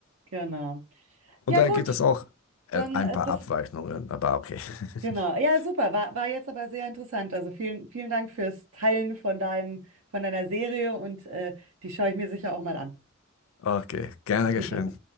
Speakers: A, on the right; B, on the left.
A: genau. Ja,
B: Und da
A: gut,
B: gibt es auch äh,
A: dann
B: ein
A: äh,
B: paar
A: das,
B: Abweichungen, aber okay.
A: genau.
B: <laughs>
A: Ja, super. War, war jetzt aber sehr interessant. Also vielen, vielen Dank fürs Teilen von deinen, von deiner Serie und äh, die schaue ich mir sicher auch mal an.
B: Okay, gerne
A: <laughs>
B: geschehen.